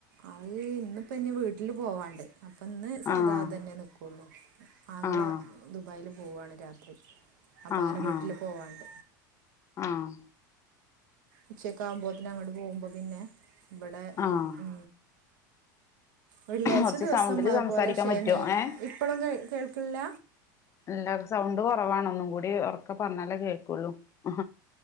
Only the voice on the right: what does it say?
അത് ഇന്നിപ്പ ഇനി വീട്ടില് പോവാണ്ട് അപ്പൊ ഇന്ന് സാദാ
തന്നെ നക്കുള്ളു ങ്ങള്െ
ദുബായിൽ പോവുവയാണ് രാത്രി അപ്പ
അങ്ങനെ വീട്ടിൽ
പോവണ്ട്
ഉച്ചക്ക ആകുമ്പോത്തെ അങ്ങോട്ട് പോവുമ്പോ പിന്നെ ഇവിടെ
ഉ വെള്ളിയാഴ്ച
ദിവസംപോലെ
ശനി
ഇപ്പഴും കേ കേൾക്കില്ല